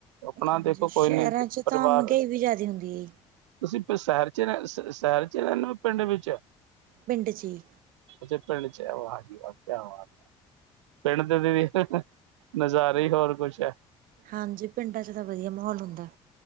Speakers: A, on the right; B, on the right.
A: ਆਪਣਾ
B: ਹਾਂਜੀ
A: ਦੇਖੋ
B: ਸ਼ੈਰਾ
A: ਕੋਈ ਨੀ
B: ਚ
A: ਪਰਿਵਾਰ
B: ਤਾਂ ਮਹਿੰਗਾਈ ਵੀ ਜਾਦੀ ਹੁੰਦੀ ਐ ਜੀ
A: ਤੁਸੀਂ ਪਰਸੈਰ ਚ ਰੈ ਸੈਰ ਚ ਰੈਨੇ ਓ ਪਿੰਡ ਵਿੱਚ
B: ਪਿੰਡ ਚ ਈ
A: ਅੱਛਾ ਪਿੰਡ ਚ ਵਾ ਜੀ ਵਾ ਕਆ ਬਾਤ ਏ ਪਿੰਡ ਦੇ ਨਜ਼ਾਰੇ ਈ ਹੋਰ ਕੁਛ ਐ।
B: ਹਾਂਜੀ ਪਿੰਡਾਂ ਚ ਤਾਂ ਵਧੀਆ ਮਾਹੌਲ ਹੁੰਦਾ।